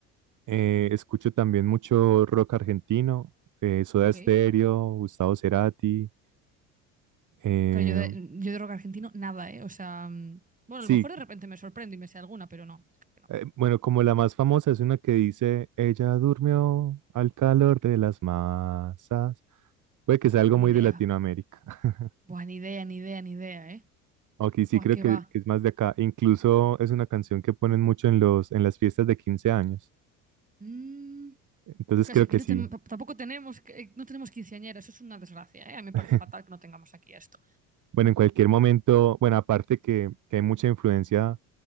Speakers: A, on the right; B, on the right.
A: Eh, escucho también mucho rock argentino, eh, Soda
B: Ok.
A: Stereo, Gustavo Cerati. eh,
B: Claro, yo de, yo de rock argentino, nada, ¿eh? O sea, mm, bueno,
A: sí,
B: a lo mejor de repente me sorprendo y me sé alguna, pero no, creo que no.
A: eh, bueno, como la más famosa es una que dice, ella durmió al calor de las masas. Puede que sea algo
B: Ni
A: muy
B: idea.
A: de Latinoamérica. <laughs>
B: Buah, ni idea, ni idea, ni idea, ¿eh?
A: Aunque sí
B: Buah,
A: creo
B: qué
A: que,
B: va.
A: que es más de acá. Incluso es una canción que ponen mucho en los, en las fiestas de 15 años.
B: Mm,
A: Entonces
B: casi
A: creo
B: aquí
A: que
B: no
A: sí.
B: ten- tamp- tampoco tenemos, que- no tenemos quinceañera, eso es una desgracia, ¿eh? A mí me
A: <laughs>
B: parece fatal que no tengamos aquí esto.
A: Bueno, en cualquier momento, bueno, aparte que, que hay mucha influencia